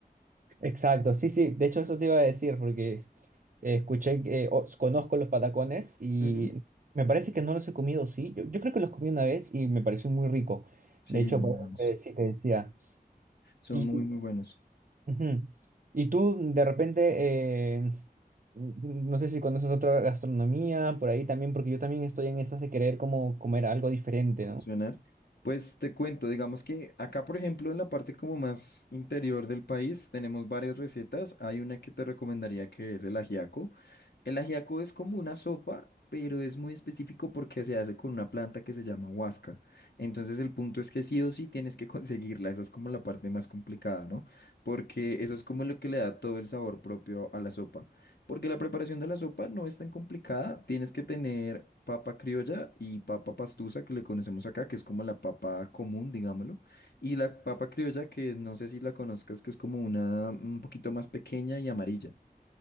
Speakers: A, on the right; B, on the left.
A: Exacto, sí, sí, de hecho eso te iba a decir porque eh, escuché, que- eh, os- conozco los patacones y
B: Ujú.
A: me parece que no los he comido, sí, yo, yo creo que los comí una vez y me pareció muy rico,
B: Sí,
A: de hecho,
B: son
A: por
B: muy buenos.
A: eso te- sí te decía.
B: Son
A: Y,
B: muy, muy buenos.
A: y, ujú. Y tú de repente, eh, no sé si conoces otra gastronomía por ahí también, porque yo también estoy en esas de querer como comer algo diferente,
B: Voy Incursionar.
A: ¿no?
B: Pues te cuento, digamos que acá, por ejemplo, en la parte como más interior del país, tenemos varias recetas. Hay una que te recomendaría que es el ajiaco. El ajiaco es como una sopa, pero es muy específico porque se hace con una planta que se llama huasca. Entonces el punto es que sí o sí tienes que <laughs> conseguirla. Esa es como la parte más complicada, ¿no? Porque eso es como lo que le da todo el sabor propio a la sopa. Porque la preparación de la sopa no es tan complicada. Tienes que tener papa criolla y papa pastusa, que le conocemos acá, que es como la papa común, digámoslo. Y la papa criolla, que no sé si la conozcas, que es como una un poquito más pequeña y amarilla.